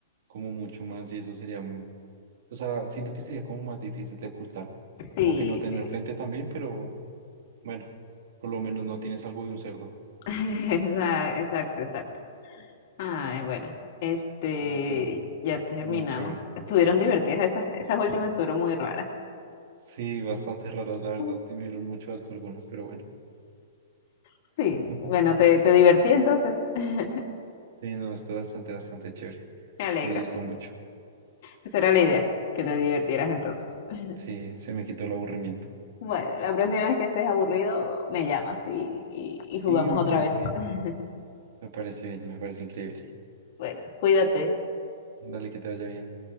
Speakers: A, on the right; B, on the left.
A: como mucho más y eso sería O sea, siento que sería como más difícil de ocultar.
B: Sí,
A: Aunque no tener
B: sí.
A: frente también, pero bueno, por lo menos no tienes algo de un cerdo.
B: <laughs> Esa- Exacto, exacto. Ay, bueno, este,
A: No, pero
B: ya terminamos.
A: muy chévere.
B: Estuvieron divertidas esas, esas últimas estuvieron muy raras.
A: Sí, bastante raras, la verdad.
B: <laughs>
A: Y me dieron mucho asco algunas, pero bueno.
B: Sí,
A: <laughs>
B: bueno, te, te divertí entonces. <laughs>
A: Sí, no, estuvo bastante, bastante chévere.
B: Me alegro.
A: Me gustó mucho.
B: Esa era la idea, que te divirtieras entonces. <laughs>
A: Sí, se me quitó el aburrimiento.
B: Bueno, la próxima vez que estés aburrido, me llamas y, y
A: Sí,
B: y jugamos
A: me
B: otra
A: parece
B: vez.
A: bien.
B: <laughs>
A: Me parece bien, me parece increíble.
B: Bueno, cuídate.
A: Dale, que te vaya bien.